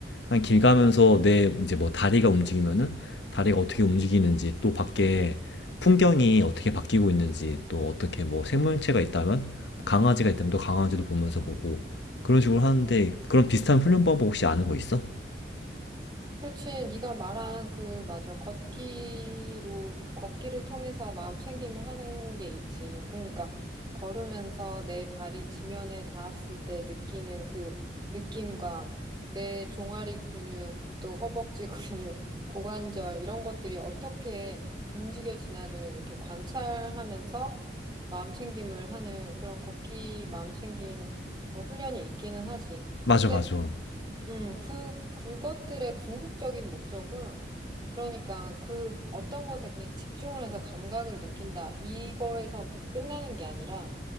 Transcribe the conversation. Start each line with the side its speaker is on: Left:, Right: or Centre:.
Left: 그냥 길
Right: 음.
Left: 가면서 내 이제 뭐 다리가 움직이면은 다리가 어떻게 움직이는지 또 밖에 풍경이 어떻게 바뀌고 있는지 또 어떻게 뭐 생명체가 있다면 뭐 강아지가 있다면 또 강아지도 보면서 보고 그런 식으로 하는데 그런 비슷한 훈련 방법 혹시 아는 거 있어?
Right: 그렇지. 네가 말한 그 맞아. 걷기로 걷기를 통해서 마음 챙김을 하는 게 있지. 그러니까 걸으면서 내 발이 지면에 닿았을 때 느끼는 그 느낌과 내 종아리 근육, 또 허벅지 <laughs> 근육, 고관절 이런 것들이 어떻게 움직여지나를 이렇게 관찰하면서 마음 챙김을 하는 그런 걷기 마음 챙김 훈련이 있기는 하지.
Left: 맞아,
Right: 근데
Left: 맞아.
Right: 음, 그, 그것들의 궁극적인 목적은, 그러니까 그 어떤 것에 그냥 집중을 해서 감각을 느낀다. 이거에서 끝나는 게 아니라,